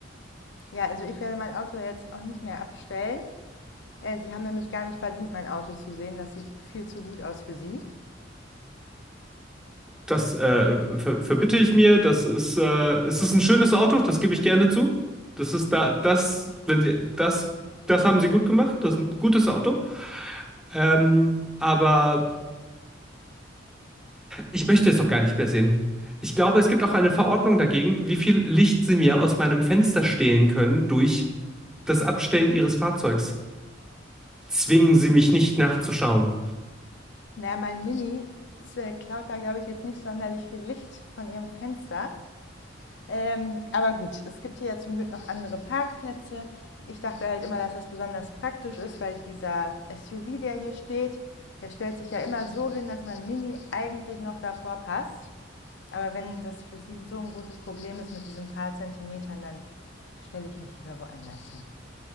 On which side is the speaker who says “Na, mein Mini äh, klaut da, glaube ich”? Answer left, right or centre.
Left